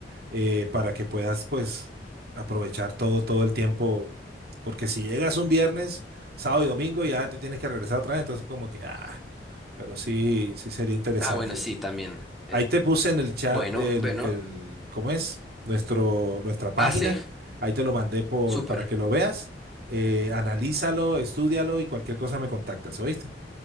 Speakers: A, on the right; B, in the centre.
A: eh, para que puedas pues aprovechar todo, todo el tiempo, porque si llegas un viernes, sábado y domingo ya te tienes que regresar otra vez, entonces como que, ah, pero sí, sí sería interesante.
B: Ah, bueno, sí, también. Eh,
A: Ahí te puse en el chat
B: bueno,
A: el,
B: bueno.
A: el- ¿cómo es? Nuestro, nuestra página.
B: Ah, sí,
A: Ahí te lo mandé por,
B: súper.
A: para que lo veas. Eh, analízalo, estúdialo y cualquier cosa me contactas, ¿oíste?